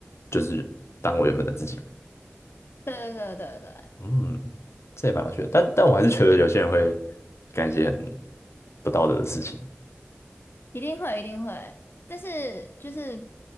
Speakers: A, on the left; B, on the left.
A: 就是当我原本的自己。
B: 对对对对对，
A: 嗯，这也蛮有趣的，但但我还是觉得有些人会干一些很不道德的事情。
B: 一定会一定会。但是就是